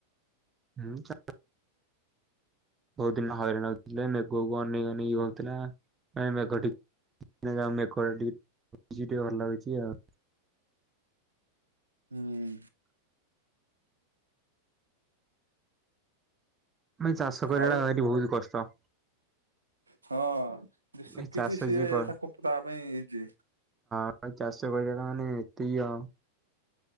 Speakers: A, on the right; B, on the right.
A: ହୁଁ ଚା ବହୁତ ଦିନ ହଇରାଣ ହଉଥିଲେ ମେଘ ଅନେଇ ଅନେଇ ଇଏ ହଉଥିଲା <unintelligible> ମେଘ ଟି ଏଇନା ମେଘ ଟିକେ <unintelligible> ଟିକେ ଭଲ ଲାଗୁଛି ଆଉ।
B: ହୁଁ
A: ଭାଇ ଚାଷ କରିବାଟା
B: ଆଉ
A: ଭାରି ବହୁତ କଷ୍ଟ।
B: ହଁ ଯେ ଶିଖିଚି
A: ଭାଇ ଚାଷ
B: ସିଏ
A: ଯିଏ କର
B: ତାକୁ ତା ପାଇଁ ଇଜି।
A: ଆଉ ଚାଷ କହିଲା ଟା ମନେ <unintelligible> ଅ